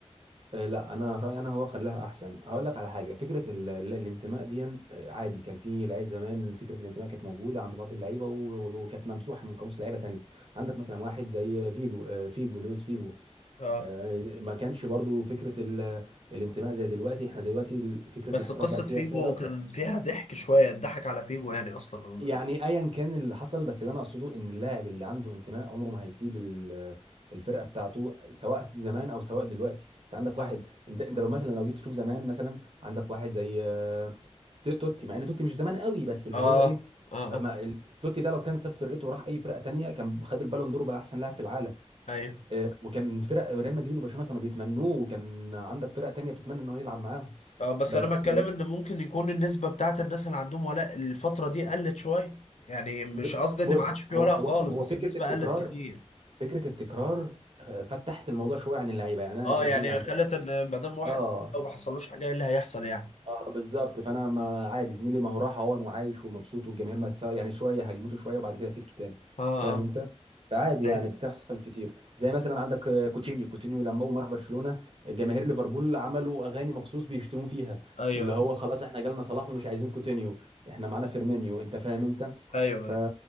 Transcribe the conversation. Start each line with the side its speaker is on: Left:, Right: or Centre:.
Right: آه، لا انا رايي انا هو خلاها احسن هقول لك على حاجه فكره ال- ال- الانتماء دي آه، عادي كان في لعيب زمان فكره الانتماء كانت موجوده عند بعض اللعيبه و- و- وكانت ممسوحه من قاموس لعيبه تانية عندك مثلا واحد زي فيجو آه، فيجو لويس فيجو
Left: اه
Right: آه، ما كانش برضو فكره ال- الانتماء زي دلوقتي احنا دلوقتي ال- فكره
Left: بس
Right: الاحتراف
Left: قصه
Right: بقت
Left: فيجو
Right: هي السائد اكتر
Left: كان فيها ضحك شويه اتضحك على فيجو يعني اصلا
Right: يعني ايا كان اللي حصل بس اللي انا اقصده ان اللاعب اللي عنده انتماء عمره ما هيسيب ال- آه، الفرقه بتاعته سواء زمان او سواء دلوقتي انت عندك
Left: اه
Right: واحد انت انت لو مثلا لو جيت تشوف زمان مثلا عندك واحد زي آه، ت- توتي مع ان توتي مش زمان قوي بس اللي
Left: اه
Right: هو ايه
Left: اه
Right: ما ال- توتي ده لو كان ساب فرقته وراح اي فرقه تانية كان خد البالون دور وبقى احسن لاعب في العالم
Left: ايوه
Right: آه، وكان فرق ريال مدريد وبرشلونه كانوا بيتمنوه وكان عندك فرق تانية بتتمنى ان هو يلعب معاهم
Left: اه بس
Right: بس
Left: انا بتكلم
Right: آه،
Left: ان ممكن يكون النسبه بتاعت الناس اللي عندهم ولاء الفتره دي قلت شويه يعني مش
Right: ب-
Left: قصدي
Right: بص
Left: ان ما عادش في
Right: هو
Left: ولاء
Right: هو
Left: خالص
Right: هو
Left: بس
Right: فكره
Left: النسبه
Right: التكرار
Left: قلت كتير
Right: فكره التكرار آه، فتحت الموضوع شويه عن اللعيبه يعني انا
Left: اه يعني
Right: إز- يعني
Left: خلت ان ما دام واحد
Right: اه
Left: لو ما حصلوش حاجه ايه اللي هيحصل يعني
Right: اه بالظبط فانا ما عادي زميلي ما هو راح اهون وعايش ومبسوط والجماهير ما تسا- يعني شويه هاجمته شويه وبعد كده سكته تاني
Left: اه اه
Right: فاهم انت فعادي
Left: ايوه
Right: يعني بتحصل كتير زي مثلا عندك آه، كوتينيو كوتينيو لما اول ما راح برشلونه جماهير ليفربول عملوا اغاني مخصوص بيشتموه فيها
Left: ايوه
Right: اللي هو
Left: ايوه
Right: خلاص احنا جالنا صلاح ومش عايزين كوتينيو احنا معانا فيرمينيو انت فاهم انت
Left: ايوه
Right: ف...